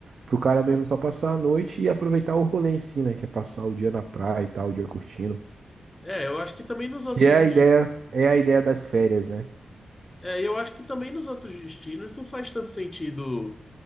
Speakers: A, on the right; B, on the left.
A: pro cara mesmo só passar a noite e aproveitar o rolê em si, né, que é passar o dia na praia e tal, o dia curtindo.
B: É, eu acho que também nos outros
A: Que é
B: destinos.
A: a ideia, é a ideia das férias, né?
B: É, eu acho que também nos outros destinos não faz tanto sentido